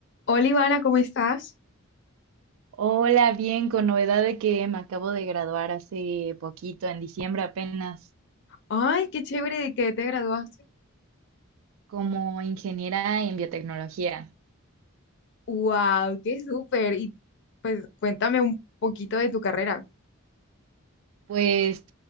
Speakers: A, on the left; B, on the right.
A: Hola Ivana, ¿cómo estás?
B: Hola, bien, con novedad de que me acabo de graduar hace poquito, en diciembre apenas,
A: Ay, qué chévere de que te graduaste.
B: como ingeniera en biotecnología.
A: Wow, qué súper. Y pues cuéntame un poquito de tu carrera. <laughs>
B: Pues,